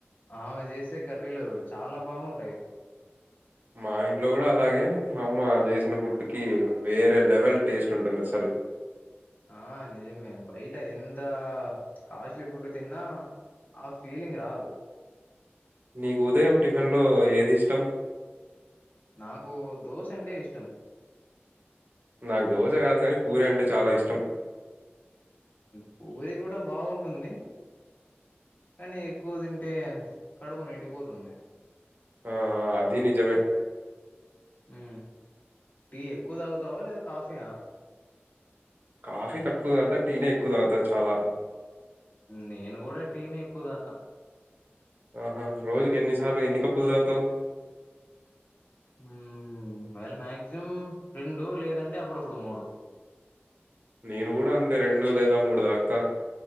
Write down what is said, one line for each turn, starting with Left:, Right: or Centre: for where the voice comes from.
Left: ఆమె చేసే కర్రీలు చాల బాగుంటాయి.
Right: మా ఇంట్లో కూడ అలాగే మా అమ్మ చేసిన ఫుడ్ కి వేరే లెవెల్ టేస్ట్ ఉంటుంది అసలు.
Left: ఆ నిజమే బయట ఎంత కాస్ట్లీ ఫుడ్ తిన్న ఆ ఫీలింగ్ రాదు.
Right: నీకు ఉదయం టిఫిన్ లో ఏది ఇష్టం
Left: నాకు దోష అంటే ఇష్టం
Right: నాకు దోష కాదు కానీ పూరి అంటే చాల ఇష్టం
Left: పూరి కూడ బాగుంటుంది కానీ ఎక్కువ తింటే కడుపు నిండిపోతుంది
Right: ఆ అది నిజమే
Left: ఉ టీ ఎక్కువ తాగుతావ లేదా కాఫీయ
Right: కాఫీ తక్కువ తాగుతా టీనే ఎక్కువ తాగుత చాల
Left: నేను కూడ టీనే ఎక్కువ తాగుత
Right: ఆహా రోజుకి ఎన్నిసార్లు ఎన్ని కప్పులు తాగుతావ్
Left: ఉ <unintelligible> మాక్సిమం రెండు లేదంటే అప్పుడప్పుడు మూడు
Right: నేను గుడ అంతే రెండు లేదా మూడు తాగుత